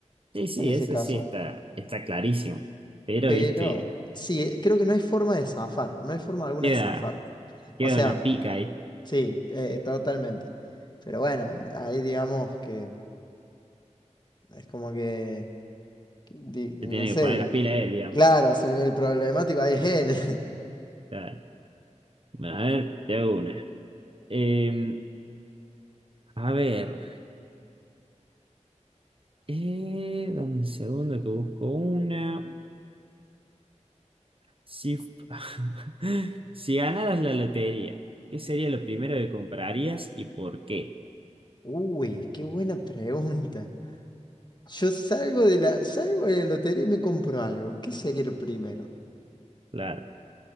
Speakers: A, on the right; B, on the left.
A: Sí, sí,
B: en ese
A: eso
B: caso.
A: sí está, está clarísimo. Pero,
B: Pero
A: viste,
B: sí, eh, creo que no hay forma de zafar, no hay forma alguna
A: queda,
B: de zafar.
A: queda
B: O sea...
A: una pica ahí.
B: Sí, eh, totalmente. Pero bueno, ahí digamos que es como que, que di- no
A: Se tiene
B: sé,
A: que poner las pilas él, digamos.
B: claro, o sea, el problemático ahí es él.
A: Claro. Bueno, a ver, te hago una. Eh, a ver, eh, dame un segundo que busco una. Si, <laughs> si ganaras la lotería, ¿qué sería lo primero que comprarías y por qué?
B: <laughs> Uy, qué buena pregunta. Yo salgo de la, salgo de la lotería y me compro algo. ¿Qué sería lo primero?
A: Claro,